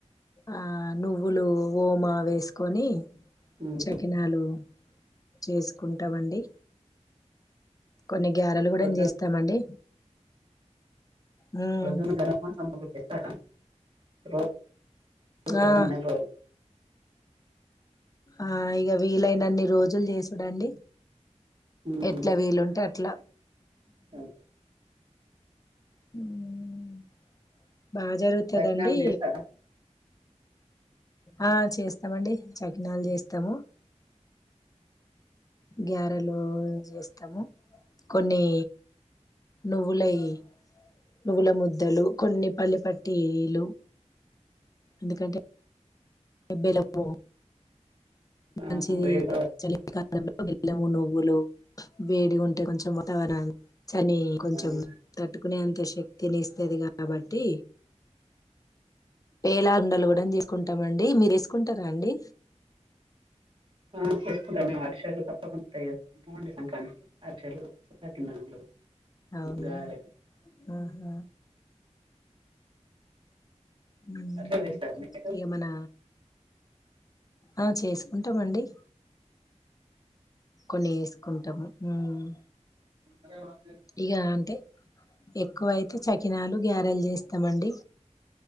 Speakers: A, on the left; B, on the right.
A: ఆ నువ్వులు ఓమా వేసుకొని
B: ఉమ్
A: చకినాలు చేసుకుంటాం అండి కొన్ని గ్యారలు కూడా
B: ప్రొద్దున
A: ఏం చేస్తామండి మ్మ్
B: ప్రొద్దున ధనుర్మాసం పూజ జేస్తారా <unintelligible>
A: ఆ
B: <unintelligible>
A: ఆ ఇగ వీలైనన్ని రోజులు జేసుడండి
B: ఉమ్
A: ఎట్లా వీలుంటే అట్లా
B: ఆ.
A: హ్మ్ బా జరుగుతుందండి
B: లగ్నాలు చేస్తారా
A: ఆ చేస్తామండి చకినాలు చేస్తాము గ్యారలు చేస్తాము కొన్ని నువ్వులయి నువ్వుల ముద్దలు కొన్ని పల్లిపట్టిలు ఎందుకంటే ఎ బెల్లం పో
B: ఆ
A: మంచిది
B: వేడి
A: చలి కాలంలో బెల్లం నువ్వులు నువ్వులు వేడి ఉంటే కొంచెం వాతావరణన్ని చలి
B: పదార్థాలు
A: కొంచెం తట్టుకునే అంత శక్తిని ఇస్తది కాబట్టి పేలాల ఉండలు కూడా కుంటం అండి మీరు వేసుకుంటారా అండి
B: ఆ చేసుకుంట మేమది చీరాలు కొత్తగా ఉంటాయి మోండి సంక్రాంతి అరిసెలు పెట్నాలుం
A: అవునా
B: గారెలు
A: ఆహా ఉమ్.
B: అరిసెలు చేస్తారా మీరు
A: ఇక మన ఆ చేసుకుంటామండి కొన్ని వేసుకుంటాము ఉమ్
B: <unintelligible>
A: ఇక అంటే ఎక్కువ అతే చకినాలు గారెలు చేస్తామండి